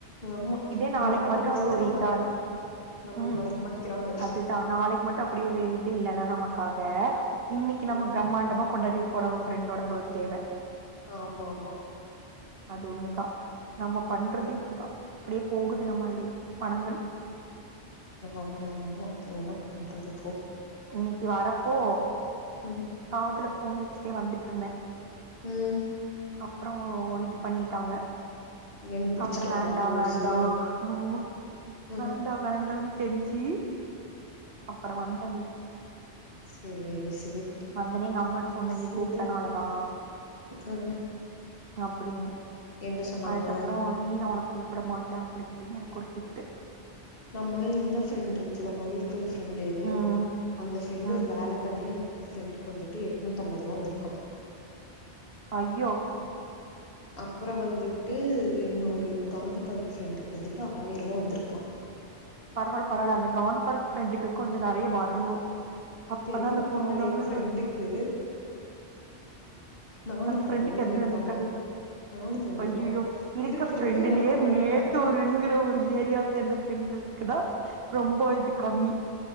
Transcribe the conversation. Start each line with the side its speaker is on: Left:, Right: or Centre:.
Left: ஆமா
Right: இதே நாளைக்கு
Left: யாரு
Right: மட்டும்
Left: நம்மளைத்தா
Right: அது ஒரு
Left: நம்ம
Right: இதா
Left: நம் நம்மளைய
Right: உம்
Left: நெனைக்க மாட்டிக்கிறாங்க
Right: அதுதான் நாளைக்கு மட்டும் அப்படி ஒரு இ இல்ன்னா நமக்க க இன்னைக்கு நம்ம
Left: ம்
Right: பிரம்மாண்டமா கொண்டாடி இருக் போனவ ஃரெண்டோட பர்த்டேவ
Left: ஆமா ஆமா
Right: அது ஒண்ணுதான் நம்ம பண்றது இப்படிதா அப்படியே போகுது நம்ம பணங்கள்
Left: ஆமா ஆமா என்ன பண்றது இப்போ
Right: இன்னைக்கு வரப்போ
Left: ம்
Right: காதல போன் வச் வச்சுட்டே வந்துட்டு இருந்தேன்
Left: உம்
Right: அப்புறம் இது பண்ணிட்டாங்க
Left: என்ன புடிச்சுட்டாங்களா
Right: அப்புறம் வேண்டா
Left: போலீஸு
Right: வேண்டா ஆமா
Left: ம்
Right: வேண்டாம் வேண்டானு கெஞ்சி அப்புறம் வந்தன் வீட்டுக்கு
Left: செரி சேரி
Right: வந்தோனே எங்க அம்மாட்ட சொன்னே
Left: ஃபோ
Right: நீ கூப்ட்டனாலதா
Left: ஆ
Right: அப்புடின்னு
Left: என்ன சொன்னாங்க
Right: அதுக்கப்ற இனி நா ஒனக் கூப்புட மாட்டே அப்டி இப்டின் எனக்கொரு திட்டு
Left: நம்ம இந்த ஃப்ரெண்ட் இருக்குல மைக்கல் ஃப்ரெண்டு
Right: ம்
Left: அந்த ஃப்ரெண்டு்
Right: ம்
Left: ஒரு வேல பண்ணி அந்த ஃப்ரெண்டுக்கு வந்துட்டு எட்நூத்தம்பது ருவா வந்துருக்கா
Right: அய்யோ
Left: அப்புற வந்துட்டு இன்னொரு காந்தி பார்க் ஃப்ரெண்டுக்கு வந்துட்டு ஆயருவா வந்துருக்கா
Right: பரவால்ல பரவால்ல அந்த காந்தி பார்க் ஃப்ரெண்டுக்கு கொஞ்ச நெறைய வரணு அப்பதா
Left: தெலுங்கு
Right: அந்த பொண்ணுனால
Left: பாளைய ஃப்ரெண்டுக்கு நானூத்தம்பது
Right: அந்த ஃப்ரெண்டுக்கு
Left: ரூவா
Right: எதுவுமே
Left: வந்திருக்காமா
Right: வந்திருக்காது
Left: நானூத்தம்பது
Right: அய்யய்யோ
Left: ரூவா
Right: இருக்க
Left: இருக்கறதுலயே
Right: ஃப்ரெண்டுலெயே
Left: உனக்கு மட்டுந்தா
Right: மேட்டூருங்கிற ஒரு ஏரியா சேந்த பெண்கள் க்குதா ரொம்ப இது கம்மி